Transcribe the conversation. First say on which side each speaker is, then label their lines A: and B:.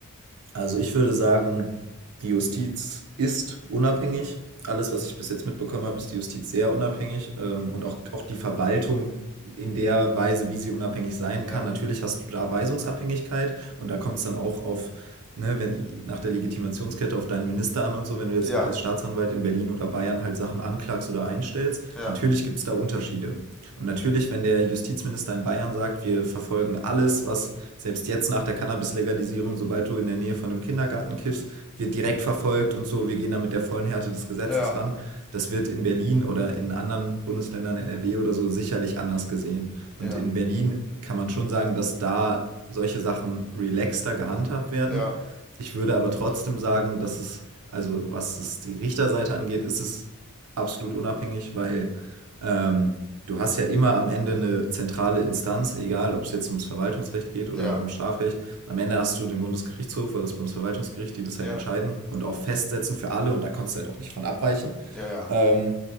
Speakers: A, on the right; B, in the centre.
A: Also ich würde sagen, die Justiz ist unabhängig. Alles, was ich bis jetzt mitbekommen habe, ist die Justiz sehr unabhängig ähm, und auch, auch die Verwaltung in der Weise, wie sie unabhängig sein
B: Ja,
A: kann. Natürlich hast du da Weisungsabhängigkeit und da kommt es dann auch auf, ne, wenn, nach der Legitimationskette auf deinen Minister an und so, wenn du jetzt
B: ja,
A: als Staatsanwalt in Berlin oder Bayern halt Sachen anklagst oder einstellst.
B: ja,
A: Natürlich gibt es da Unterschiede. Und natürlich, wenn der Justizminister in Bayern sagt, wir verfolgen alles, was selbst jetzt nach der Cannabis-Legalisierung, sobald du in der Nähe von einem Kindergarten kiffst, wird direkt verfolgt und so. Wir gehen da mit der vollen Härte des Gesetzes
B: ja,
A: ran. Das wird in Berlin oder in anderen Bundesländern, NRW oder so, sicherlich anders gesehen. Und
B: ja,
A: in Berlin kann man schon sagen, dass da solche Sachen relaxter gehandhabt werden.
B: ja,
A: Ich würde aber trotzdem sagen, dass es, also was es die Richterseite angeht, ist es absolut unabhängig, weil ähm, du hast ja immer am Ende eine zentrale Instanz, egal ob es jetzt ums Verwaltungsrecht geht oder
B: ja,
A: um Strafrecht. Am Ende hast du den Bundesgerichtshof oder das Bundesverwaltungsgericht, die das halt
B: ja, ja,
A: entscheiden und auch festsetzen für alle und da kannst du halt auch nicht von abweichen.
B: ja,
A: Ähm,